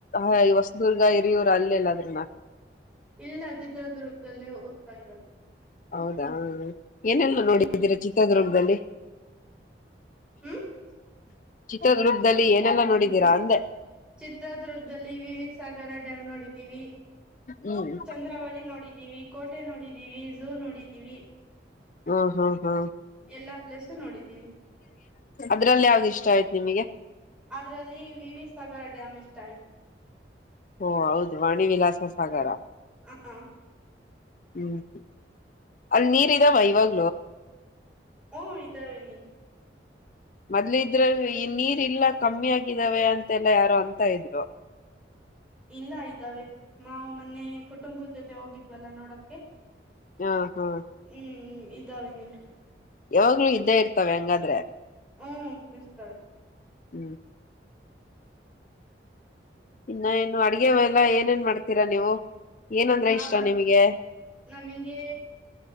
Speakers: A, on the left; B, in the centre.
A: ಹೊ ಈ ಹೊಸದುರ್ಗ ಹಿರಿಯೂರು ಅಲ್ಲೆಲ್ಲ ಅದ್ರನ
B: ಇಲ್ಲ ಚಿತ್ರದುರ್ಗದಲ್ಲೇ ಓದ್ತಾ ಇರೋದು
A: ಹೌದಾ ಏನೆಲ್ಲ
B: ಹ್ಮ್
A: ನೋಡಿದ್ದೀರಾ ಚಿತ್ರದುರ್ಗದಲ್ಲಿ.
B: ಹ್ಮ್
A: ಚಿತ್ರದುರ್ಗದಲ್ಲಿ ಏನೆಲ್ಲಾ ನೋಡಿದೀರಾ ಅಂದೆ.
B: ಚಿತ್ರದುರ್ಗದಲ್ಲಿ ವಿವಿ ಸಾಗರ ಡ್ಯಾಮ್ ನೋಡಿದೀವಿ
A: ಹ್ಮ್
B: ಚಂದ್ರಾವಳಿ ನೋಡಿದೀವಿ ಕೋಟೆ ನೋಡಿದೀವಿ ಝೂ ನೋಡಿದ್ದೀವಿ
A: ಹ್ಮ ಹಾ ಹಾ
B: ಎಲ್ಲಾ ಪ್ಲೇಸ ನೋಡಿದೀವಿ
A: ಅದ್ರಲ್ಲಿ ಯಾವ್ದ್ ಇಷ್ಟ ಆಯ್ತು ನಿಮಗೆ
B: ಅದ್ರಲ್ಲಿ ವಿ ವಿ ಸಾಗರ ಡ್ಯಾಮ್ ಇಷ್ಟ್ ಆಯ್ತು
A: ಓ ಹೌದು ವಾಣಿ ವಿಲಾಸ ಸಾಗರ.
B: ಹಾ
A: ಹ್ಮ್ ಅಲ್ ನೀರ್ ಇದಾವ ಇವಾಗ
B: ಓ ಇತ ವೈನಿ
A: ಮೊದ್ಲ ಇದ್ರ ಈ ನೀರ್ ಇಲ್ಲ ಕಮ್ಮಿ ಆಗಿದಾವೆ ಅಂತೆಲ್ಲ ಯಾರು ಅಂತ ಇದ್ರು.
B: ಇಲ್ಲ ಇದ್ದಾವೆ ಮಾವು ಮೊನ್ನೆ ಕುಟುಂಬದ ಜೊತೆ ಹೋಗಿದ್ವಲ್ಲ ನೋಡಕ್ಕೆ.
A: ಹಾ ಹಾ
B: ಹ್ಮ್ ಇದಾವೆ ನೀರು.
A: ಯಾವಾಗ್ಲು ಇದ್ದೇ ಇರ್ತಾವೆ ಹಂಗಾದ್ರೆ.
B: ಹ್ಮ್ ಬಿಸ್ತಳೆ
A: ಹ್ಮ್ ಇನ್ನ ಏನು ಅಡ್ಗೆ ಎಲ್ಲ ಏನೇನ್ ಮಾಡ್ತೀರಾ ನೀವು ಏನಂದ್ರೆ
B: ನಾವ
A: ಇಷ್ಟ ನಿಮ್ಗೆ.
B: ನಮಗೆ